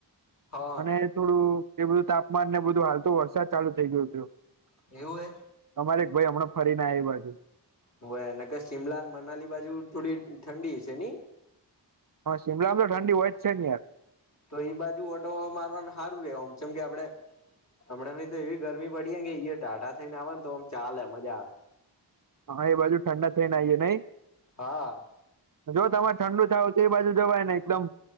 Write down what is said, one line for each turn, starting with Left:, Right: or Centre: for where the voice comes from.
Left: હા
Right: અને થોડું એ બધું તાપમાનને બધું હાલ તો વરસાદ ચાલુ થઇ ગયો તો.
Left: એવું હે.
Right: અમાર એક ભઈ હમણાં ફરી ન આયા એ બાજુ.
Left: હોવે. ન ક શિમલા ન મનાલી બાજુ થોડી ઠંડી હશે ની?
Right: હન, શિમલામ તો ઠંડી હોય જ છે ન યાર.
Left: તો ઈ બાજુ ઓટો મારવામ સારું રે ઓમ ચમ કે આપડે હમણાંની તો એવી ગરમી પડી હેન કે ઇય ઢાઢા થઈન આવન તો આમ ચાલે મજા.
Right: હન, એ બાજુ ઠંડા થઈન આઈયે નઈ.
Left: હા
Right: જો તમાર ઠંડુ થાવુ તો એ બાજુ જવાય ને એકદમ